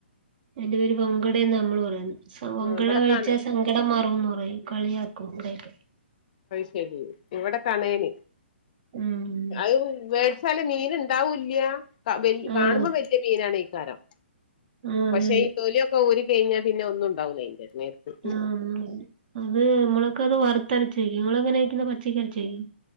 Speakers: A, on the right; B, on the left.
A: എന്റെ പേര് വങ്കടയന്ന് നമ്മള് പറയുന്നു വങ്കട
B: ആഹ് ഇവിടെ
A: കഴിച്ചാൽ
B: കാണ
A: സങ്കടം മാറുംന്ന് പറയും കളിയാക്കും ഇവിടക്ക
B: ശരി ഇവിടെ കണേന്
A: ഉം
B: അത് വേടിച്ചാല് മീൻ ഉണ്ടാവൂില്ല കാണുമ്പോ
A: ആ
B: വലിയ മീനാണ് ഈ കാരം
A: ആ അതെ
B: പക്ഷെ
A: അതെ
B: ഈ തൊലിയൊക്കെ ഉരി കഴിഞ്ഞാ പിന്നെ ഒന്നും ഉണ്ടാവല അയിന്റെ നേരത്ത്
A: ആ ഒന്നുമില്ല. അത് നമ്മളൊക്കെ അത് വറുത്തരച്ചോയ്ക്കും നിങ്ങൾെങ്ങനക്കുന്ന പച്ചക്കരച്ചോക്കും